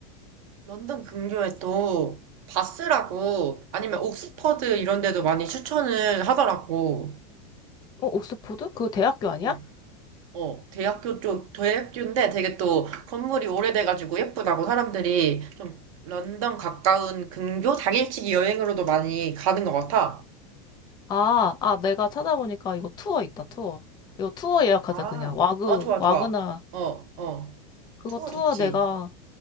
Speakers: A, on the right; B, on the left.
A: 런던 근교에 또 바스라고 아니면 옥스퍼드 이런 데도 많이 추천을 하더라고.
B: 어, 옥스포드? 그거 대학교 아니야?
A: 응. 어, 대학교 쪽, 대학교인데 되게 또 건물이 오래돼가지고 예쁘다고 사람들이 좀 런던 가까운 근교 당일치기 여행으로도 많이 가는 것 같아.
B: 아, 아, 내가 찾아보니까 이거 투어 있다, 투어. 이거 투어 예약하자,
A: 아,
B: 그냥. 와그,
A: 어, 좋아,
B: 와그나.
A: 좋아. 어, 어.
B: 그거
A: 투어
B: 투어
A: 좋지.
B: 내가